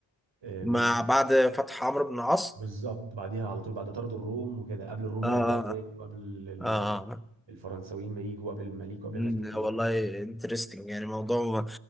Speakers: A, on the right; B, in the centre.
A: آه،
B: مع
A: مش
B: بعد فتح عمرو بن العاص
A: بالظبط بعديها على طول بعد طرد الروم وكده قبل الروم
B: اه
A: ما يرجعوا تاني وقبل ال-
B: اه
A: الفرنساويين ما يجوا قبل المماليك وقبل
B: مم،
A: الناس دول كلهم
B: والله انترستنج يعني موضوع ما-